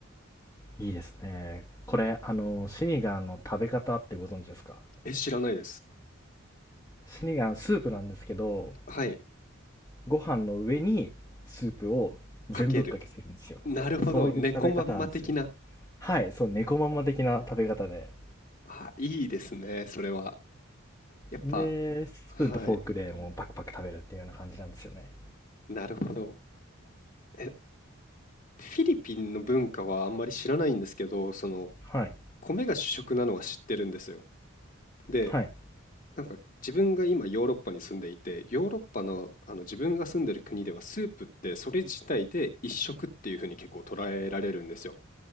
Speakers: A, on the left (about 15°); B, on the left (about 40°).
A: いいですね。これ、あの、シニガンの食べ方ってご存知ですか
B: え、知らないです。
A: シニガンスープなんですけど、
B: はい、
A: ご飯の上にスープを全ぶっかけするんですよ。
B: かける。なるほど、
A: そういう食べ方なんですよ。
B: 猫まんま的な。
A: はい、そう、猫まんま的な食べ方で。
B: あ、いいですね、それは。やっぱ、
A: で、スプーンとフォークでもうパクパク食べるっていうような感じなんですよね。
B: はい、なるほど。え、フィリピンの文化はあんまり知らないんですけど、その、
A: はい。
B: 米が主食なのは知ってるんですよ。で、
A: はい。
B: なんか自分が今ヨーロッパに住んでいて、ヨーロッパの、あの自分が住んでる国ではスープってそれ自体で一食っていうふうに結構捉えられるんですよ。